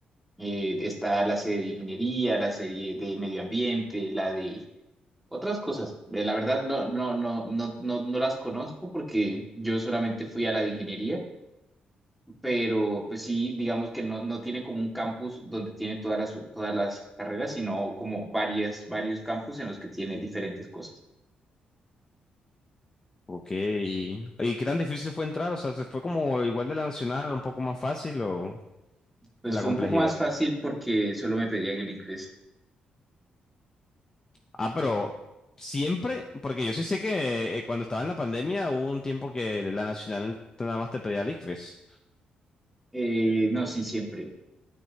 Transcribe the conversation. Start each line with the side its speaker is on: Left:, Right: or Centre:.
Centre: Eh, está la sede de ingeniería, la sede de medio ambiente, la de otras cosas. Eh, la verdad, no, no, no, no, no, no las conozco porque yo solamente fui a la de ingeniería. pero pues sí, digamos que no, no tiene como un campus donde tiene todas las, todas las carreras, sino como varias, varios campus en los que tiene diferentes cosas.
Left: Ok. ¿Y qué tan difícil fue entrar? O sea, ¿se ¿fue como igual de la nacional, un poco más fácil o
Centre: Pues
Left: la
Centre: fue
Left: complejidad?
Centre: un poco más fácil porque solo me pedían el ICFES.
Left: Ah, pero siempre, porque yo sí sé que eh, cuando estaba en la pandemia hubo un tiempo que la nacional nada más te pedía el ICFES.
Centre: Eh, no, sí, siempre.